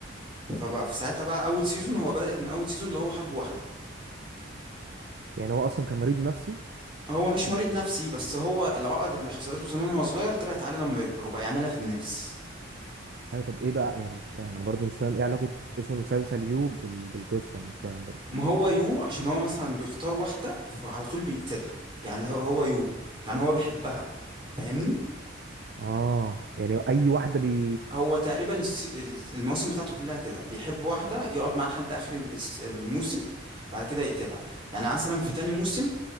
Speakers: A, on the right; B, on the right.
A: فبقى في ساعتها بقى اول سيزون هو بدأت من اول سيزون اللي هو حب واحدة
B: يعني هو اصلا كان مريض نفسي
A: هو مش مريض نفسي بس هو العقد اللي حصلت له زمان وهو صغير طلعت عليه لما يكبر وبقى يعملها في الناس
B: ايوه طب ايه بقى يعني مش فاهم انا برضه مش فاهم ايه علاقه اسم المسلسل يو بال... بالقصه انا مش فاهم برضه
A: ما هو يو عشان هو مثلا بيختار واحدة فعلى طول بيقتلها يعني هو هو يو يعني هو بيحبها فاهمني
B: اه يعني اي واحده بي
A: هو تقريبا الس- ال- المواسم بتاعته كلها كده بيحب واحدة يقعد معاها لحد آخر الس- الموسم بعد كده يقتلها يعني مثلا في تاني موسم